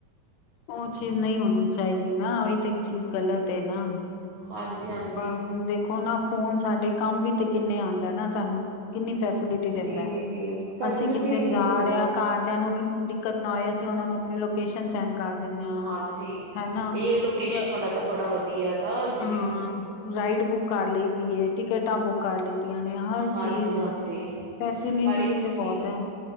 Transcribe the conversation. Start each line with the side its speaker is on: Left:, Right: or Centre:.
Left: ਓ ਚੀਜ਼ ਨਈ ਹੋਣੀ ਚਾਈਦੀ ਨਾ ਓਈ ਤੇ ਏਕ ਚੀਜ਼ ਗ਼ਲਤ ਏ ਨਾ।
Right: ਹਾਂਜੀ ਹਾਂਜ
Left: ਪਰ ਹੁਣ ਦੇਖੋ ਨਾ ਫੋਨ ਸਾਡੇ ਕੰਮ ਵੀ ਤੇ ਕਿੰਨੇ ਆਂਦਾ ਏ ਨਾ ਸਾਨੂੰ ਕਿੰਨੀ ਫੈਸ ਲੀਟੀ ਦਿੰਦਾ
Right: ਜੀ-ਜੀ-ਜੀ
Left: ਏ
Right: ਫੈਸਿਲਿਟੀ
Left: ਅਸੀਂ ਕਿੱਥੇ ਜਾ
Right: ਵੀ ਦਿੰਦਾ
Left: ਰੇ ਆਂ ਘਰਦਿਆਂ ਨੂੰ ਦਿੱਕਤ ਨਾ ਆਏ ਅਸੀਂ ਓਨਾਂ ਨੂੰ ਆਪਣੀ ਲੋਕੇਸ਼ਨ ਸੈਂਡ ਕਰ ਦੇਨੇ ਆਂ
Right: ਹਾਂਜੀ।
Left: ਹੈਨਾ
Right: ਇਹ ਲੋਕੇਸ਼ਨ
Left: ਅ
Right: ਵਾਲਾ ਤਾਂ ਬੜਾ ਵਧੀਆ ਹੈਗਾ ਜਿਵੇਂ
Left: ਹਾਂ ਰਾਈਡ ਬੁੱਕ ਕਰ ਲਈ ਦੀ ਏ ਟਿਕਟਾਂ ਬੁੱਕ ਕਰ ਲਈ ਨੇ ਹਰ
Right: ਹਾਂਜੀ-ਹਾਂਜੀ
Left: ਚੀਜ਼ ਐ ਫੈਸਿਲਿਟੀ
Right: ਹਰ
Left: ਵੀ
Right: ਇੱਕ
Left: ਤੇ
Right: ਚੀਜ਼
Left: ਬੌਤ ਐ।